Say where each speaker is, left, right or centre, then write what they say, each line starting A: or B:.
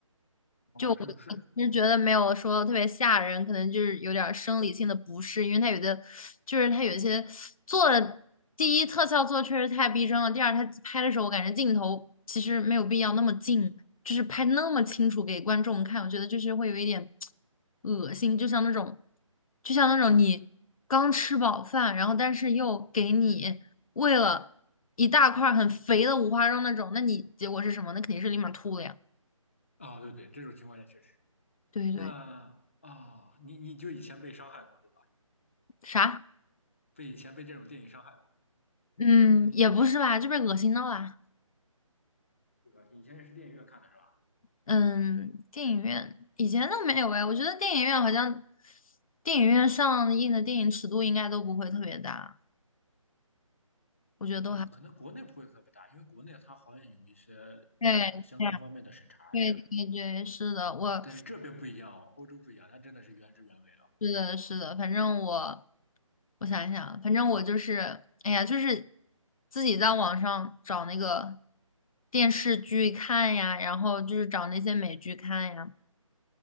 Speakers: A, on the left; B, on the left.
A: 哦，
B: 就。
A: 是是，
B: 就觉得没有说特别吓人，可能就是有点儿生理性的不适，因为它有的就是它有一些做的第一特效做的确实太逼真了，第二它拍的时候我感觉镜头其实没有必要那么近，就是拍那么清楚给观众看，我觉得就是会有一点恶心，就像那种就像那种你刚吃饱饭，然后但是又给你喂了一大块儿很肥的五花肉那种，那你结果是什么？那肯定是立马吐了呀。
A: 哦，对对，这种情况下确实。
B: 对对，
A: 那啊、哦，你你就以前被伤害过，对吧？
B: 啥？
A: 被以前被这种电影伤害过，
B: 嗯，也不是吧，这被恶心到啦。
A: 对吧？你以前也是电影院看的是吧？
B: 嗯，电影院以前都没有哎，我觉得电影院好像电影院上映的电影尺度应该都不会特别大，我觉得都还
A: 啊、可能国内不会特别大，因为国内它好像有一些就是相关方面的审查这样，
B: 对对啊对对对，是的，我
A: 但是这边不一样哦，欧洲不一样，它真的是原汁原味。
B: 是的是的，反正我我想一想啊，反正我就是哎呀，就是自己在网上找那个电视剧看呀，然后就是找那些美剧看呀，